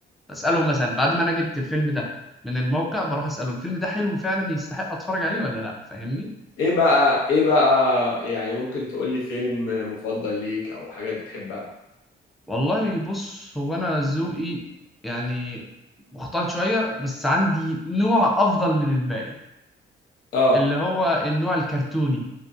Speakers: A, in the centre; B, on the left (about 85°).
A: بسألهم مثلا بعد ما انا جبت الفيلم ده من الموقع بروح اسأله الفيلم ده حلو فعلا يستحق اتفرج عليه ولا لا فاهمني
B: ايه بقى ايه بقى يعني ممكن تقول لي فيلم مفضل ليك او حاجات بتحبها
A: والله بص هو انا ذوقي يعني مختلط شويه بس عندي نوع افضل من الباقي
B: اه
A: اللي هو النوع الكرتوني